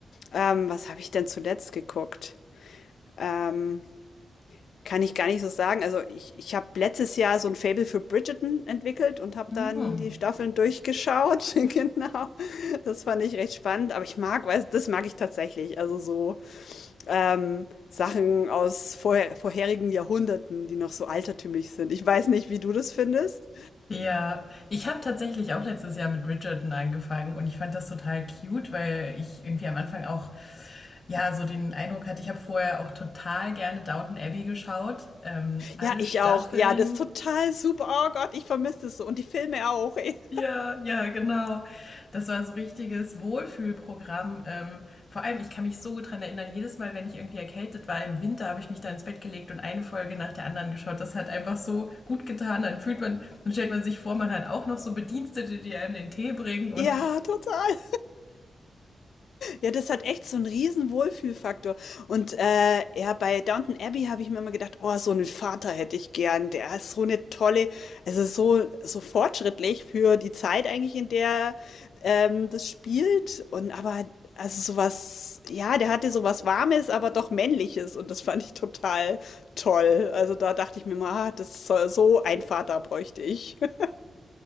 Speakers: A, on the left; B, on the left.
A: Ähm, was habe ich denn zuletzt geguckt? Ähm kann ich gar nicht so sagen. Also ich, ich habe letztes Jahr so ein Faible für Bridgerton entwickelt und habe
B: Mhm.
A: dann die Staffeln durchgeschaut. <laughs> Genau. Das fand ich recht spannend. Aber ich mag, weiß, das mag ich tatsächlich. Also so ähm, Sachen aus vorher, vorherigen Jahrhunderten, die noch so altertümlich sind. Ich weiß nicht, wie du das findest.
B: Ja, ich habe tatsächlich auch letztes Jahr mit Bridgerton angefangen und ich fand das total cute, weil ich irgendwie am Anfang auch ja so den Eindruck hatte, ich habe vorher auch total gerne Downton Abbey geschaut, ähm, alle
A: Ja, ich
B: Staffeln
A: auch. Ja, das ist total super. Oh Gott, ich vermisse das so. Und die Filme auch. <laughs> Ey.
B: Ja, ja, genau. Das war so richtiges Wohlfühlprogramm. Ähm, vor allem, ich kann mich so gut dran erinnern, jedes Mal, wenn ich irgendwie erkältet war im Winter, habe ich mich da ins Bett gelegt und eine Folge nach der anderen geschaut. Das hat einfach so gut getan. Dann fühlt man, dann stellt man sich vor, man hat auch noch so Bedienstete, die einem den Tee bringen. Und
A: Ja, total. Ja, das hat echt so einen riesen Wohlfühlfaktor. Und, äh, ja, bei Downton Abbey habe ich mir immer gedacht: „Oh, so einen Vater hätte ich gern. Der ist so eine tolle also, so so fortschrittlich für die Zeit eigentlich, in der, ähm, das spielt und aber also, so was ja, der hatte so was Warmes, aber doch Männliches und das fand ich total toll. Also, da dachte ich mir mal, „Ah, das soll so ein Vater bräuchte ich.“ <laughs>